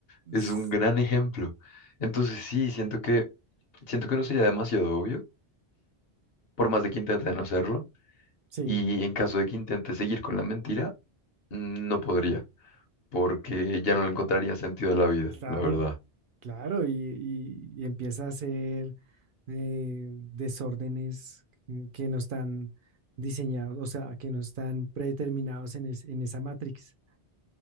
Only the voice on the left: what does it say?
es
un gran ejemplo. Entonces sí, siento que, siento que no sería demasiado obvio, por más de que intente no hacerlo,
y en caso de que intente seguir con la mentira, no podría, porque ya no le encontraría sentido a la vida,
la verdad.